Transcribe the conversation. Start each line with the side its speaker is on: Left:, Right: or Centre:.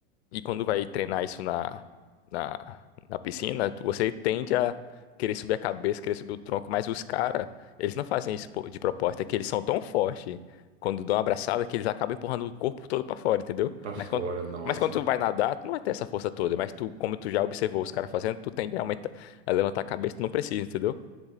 Left: e quando vai treinar isso na, na, na piscina, tu- você tende a querer subir a cabeça, querer subir o tronco, mas os caras, eles não fazem isso po- de proposta, é que eles são tão fortes quando dão uma abraçada que eles acabam empurrando o corpo todo pra fora, entendeu?
Right: Para
Left: Mas
Right: fora,
Left: quando,
Right: nossa.
Left: mas quando tu vai nadar, tu não vai ter essa força toda, mas tu, como tu já observou os caras fazendo, tu tende a aumentar, a levantar a cabeça, tu não precisa, entendeu?